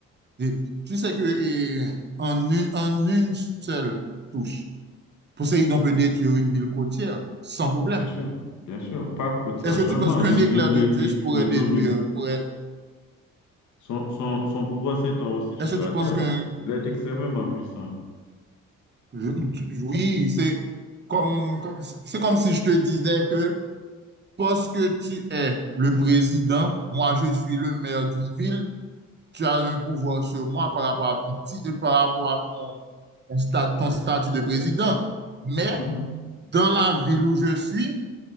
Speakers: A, on the right; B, on the left.
A: Et tu sais que et en une, en une seule touche, Poséidon peut détruire une ville côtière sans problème.
B: bien sûr, bien sûr, pas côtière
A: Est-ce
B: seulement,
A: que tu penses qu'un
B: il,
A: éclair
B: il, il,
A: de Zeus
B: il,
A: pourrait
B: il
A: détruire,
B: domine.
A: pourrait...
B: Son, son, son pouvoir s'étend aussi sur
A: Est-ce
B: la
A: que tu
B: terre.
A: penses qu'un...
B: Il est extrêmement puissant.
A: je- tu- Oui, c'est comme, comme- c'est comme si je te disais que parce que tu es le président, moi je suis le maire d'une ville, tu as un pouvoir sur moi par rapport à ton ti- par rapport à ton, ton sta- ton statut de président. Mais
B: Mhm.
A: dans la ville où je suis,